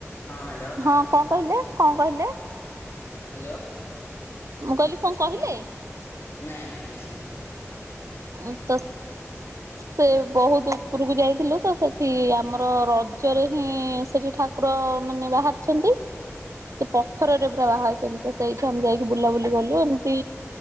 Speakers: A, on the left; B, on the right.
A: ହଁ। ହ୍ୟାଲୋ?
B: ହଁ କଣ କହିଲେ, କଣ କହିଲେ?
A: ହ୍ୟାଲୋ?
B: ମୁଁ କହିଲି କଣ କହିଲେ?
A: ନାଇଁ ନାଇଁ କିଛି ନାଇଁ।
B: ଉ ତ, ସେ ବହୁତ ଉପରକୁ ଯାଇଥିଲୁ ତ, ସେଠି ଆମର ରଜରେ ହିଁ ସେଠି ଠାକୁର ମାନେ ବାହାରିଛନ୍ତି। ସେ ପଥରରେ ପୁରା ବାହାରିଛନ୍ତି। ସେଇଠି ଆମେ ଯାଇକି ବୁଲାବୁଲି କଲୁ। ଏମିତି